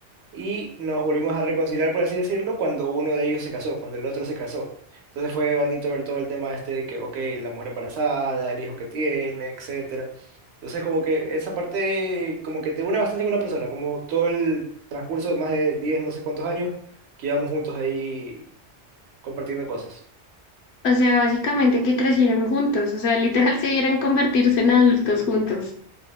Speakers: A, on the right; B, on the left.
A: y nos volvimos a reconciliar, por así decirlo, cuando uno de ellos se casó, cuando el otro se casó. Entonces fue bonito ver todo el tema este de que, ok, la mujer embarazada, el hijo que tiene, etcétera. Entonces como que esa parte como que te une bastante con una persona, como todo el transcurso de más de 10 no sé cuántos años que llevamos juntos ahí compartiendo cosas.
B: O sea, básicamente que crecieron juntos, o sea, literal se dieron convertirse en adultos juntos.